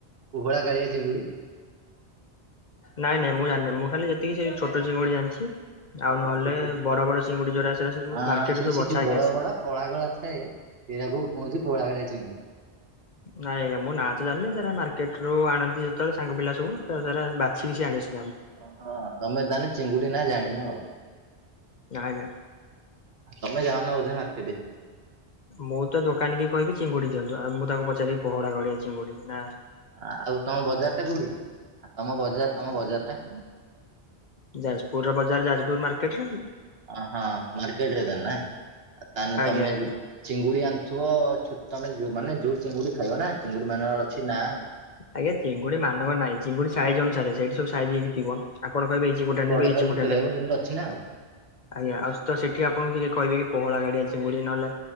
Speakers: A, on the right; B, on the left.
A: ପୋହଳା କାଳିଆ ଚିଙ୍ଗୁଡି।
B: ନାଇଁ ନାଇଁ ମୁଁ ଜାନି। ମୁଁ ଖାଲି ଯେତିକି ସେ ଛୋଟ ଚିଙ୍ଗୁଡି ଜାଣିଛି। ଆଉ
A: ଓହୋ
B: ନହେଲେ
A: ଛୋଟ
B: ବଡ ବଡ ଚିଙ୍ଗୁଡି ଯୋଉରା ସେଇରା ସବୁ
A: ଆ
B: ମାର୍କେଟ
A: ସେଇ
B: ରୁ ସବୁ
A: ସେ
B: ବଛା
A: ଯୋଉ
B: ହେଇକି
A: ବଡ
B: ଆସେ।
A: ବଡ କଳା କଳା ଥାଏ ସେଇଟାକୁ କୁହନ୍ତି ପୋଳାକାଳୀଆ ଚିଙ୍ଗୁଡି।
B: ନାଇଁ ଆଜ୍ଞା ନାଁ ତ ଜାଣିନି। ସେଇଟା ମାର୍କେଟ ରୁ ଆଣ ଯେତେବେଳେ ସାଙ୍ଗ ପିଲା ସବୁ ତା ସାରା ବାଛିକି ସେ ଆଣିବେ।
A: ହଁ ହଁ ତମେ ତାହାଲେ ଚିଙ୍ଗୁଡି ନାଁ ଜାଣିନ ଆଉ।
B: ନାଇଁ ନାଇଁ
A: ତମେ ଯାଅ ନା ବୁଧେ ମାର୍କେଟେ।
B: ମୁଁ ତ ଦୋକାନୀ କି କହିବି ଚିଙ୍ଗୁଡି ଦିଅନ୍ତୁ। ଆଉ ମୁଁ ତାଙ୍କୁ ପଚାରିବି ପୋହଳା କାଳିଆ ଚିଙ୍ଗୁଡି ନାଁ
A: ଆଉଁ ତମ ବଜାର ଟା କୋଉଁଠି? ତମ ବଜାର ତମ ବଜାର ଟା।
B: ଯାଜପୁର ର ବଜାର ଯାଜପୁର ମାର୍କେଟ।
A: ଓଁ ହୋ ମାର୍କେଟରେ ତାନେ ତାହେଲେ
B: ଆଜ୍ଞା
A: ତମେ
B: ଆଜ୍ଞା।
A: ଚିଙ୍ଗୁଡି ଆଣୁଥିବ। ଛୋଟଲାଗିବ ମାନେ ଯୋଉଁ ଚିଙ୍ଗୁଡି ଖାଇବ ନାଁ ସେ ଚିଙ୍ଗୁଡି ମାନଙ୍କର ଅଛି ନାଁ।
B: ଆଜ୍ଞା ଚିଙ୍ଗୁଡି ମାନଙ୍କ ନାହିଁ। ଚିଙ୍ଗୁଡି ସାଇଜ୍ ଅନୁସାରେ ସେଠି ସବୁ ସାଇଜ ହେକି ଥିବ। ଆପଣ କହିବେ ଏଇ ଚିଙ୍ଗୁଡି ଟା ନେବେ।
A: କହିବେ
B: ଏଇ ଚିଙ୍ଗୁଡିଟା
A: ଛୋଟ
B: ନେବେ।
A: ଖାଇବୁ ସେମିତି ଅଛି ନାଁ ଆଉ।
B: ଆଜ୍ଞା ଆଉ ତ ସେଠି ଆପଣଙ୍କୁ କିଏ କହିବେ କି ପୋହଳାକାଳିଆ ଚିଙ୍ଗୁଡି। ନହେଲେ